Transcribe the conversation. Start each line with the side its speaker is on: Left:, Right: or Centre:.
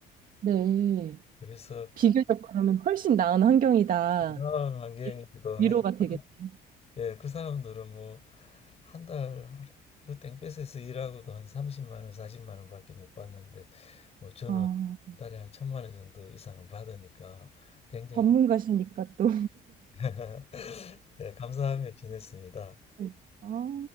Right: 네.
Left: 그래서
Right: 비교적 그러면 훨씬 나은 환경이다.
Left: 건강한 환경이기도
Right: 이-
Left: 하지만
Right: 위로가 되겠네요.
Left: 예, 그 사람들은 뭐 한 달 그 땡볕에서 일하고도 한 30만 원, 40만 원밖에 못 받는데 뭐 저는
Right: 아,
Left: 한 달에 한 천만 원 정도 이상은 받으니까 굉장히
Right: 전문가시니까 또.
Left: <laughs> 네, 감사하며 지냈습니다.
Right: 네. 아,